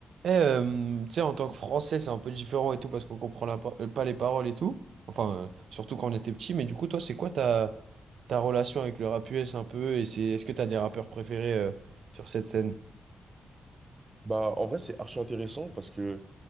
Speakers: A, on the right; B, on the right.
A: Eh, euh, tu sais, en tant que Français, c'est un peu différent et tout parce qu'on comprend la par- euh, pas les paroles et tout. Enfin, euh, surtout quand on était petit. Mais du coup, toi, c'est quoi ta, ta relation avec le rap US un peu? Et c'est, est-ce que t'as des rappeurs préférés euh, sur cette scène?
B: Bah, en vrai, c'est archi intéressant parce que